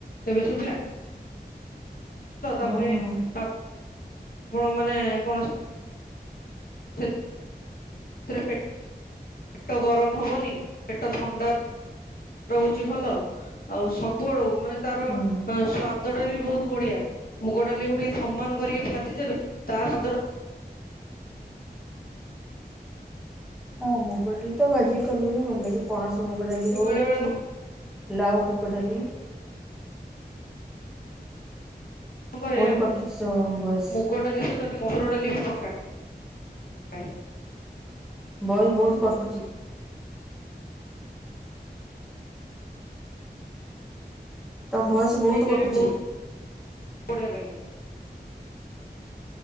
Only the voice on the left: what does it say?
ଏବେ ଶୁଭିଲା। ହ ତାପରେ
ଆ। ଆପଣ ମାନେ କୌଣସି ପେଟ <inaudible> ପେଟ ଗରମ ହବନି ପେଟ ଥଣ୍ଡା ରହୁଛି ଭଲ ଆଉ ସବୁଆଡୁ ମାନେ ତାର
ସ୍ଵାଦ ସ୍ୱାଦ ଟା ବି ବହୁତ ବଢିଆ ମୁଗ ଡାଲିକୁୁ ଟିକେ ସମ୍ମାନ କରିକି ଭାଜି ଦେବେ ତା ସ୍ୱାଦ
ମୁଁ
ବେଳେ ବେଳେ
କଣ
କରେ
ମୁଗ ଡାଲି ସହିତ ଟିକେ ମସୁର ଡାଲି ବି ପକାଏ
ସେଇଟା
ବି ବଢିଆ ଲାଗେ।